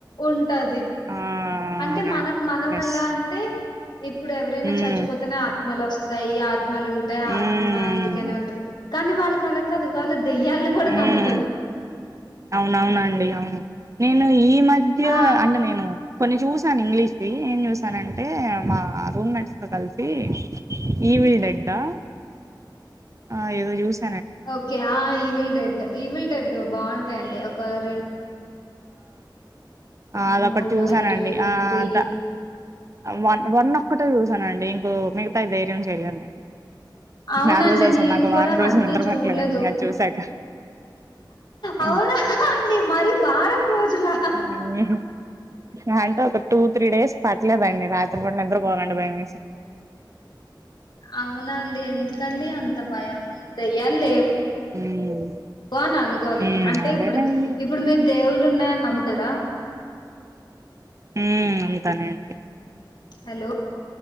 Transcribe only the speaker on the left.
ఉంటది
అంటే
మనం మనం
ఎలా అంటే ఇప్పుడు ఎవరైనా
చచ్చిపోతేనే ఆత్మలోస్తయ్ యి ఆత్మలు ఉంటాయి ఆత్మ
అందుకేనే ఉంటారు కానీ వాళ్ళకి అల కాదు వాళ్ళు దెయ్యాలను కూడా
నమ్ముతారు
ఆ
ఓకే ఆ ఈవిల్ డెడ్ ఈవిల్ డెడ్ బాగుంటాయిండి ఒక రెండ్
మూడు
టూ Evil
three
అవునండి
నేను
కూడా అవన్నీ
చూడలేదు
అవునా అండి మరి వారం రోజులా
అవునాండి ఎందుకండి అంత భయం దెయ్యాల్ లేవు
అలా అని అనుకోవాలి
అంటే
ఇప్పుడు ఇప్పుడు మీరు దేవుళ్ళు ఉన్నాయ నమ్ముతారా
హలో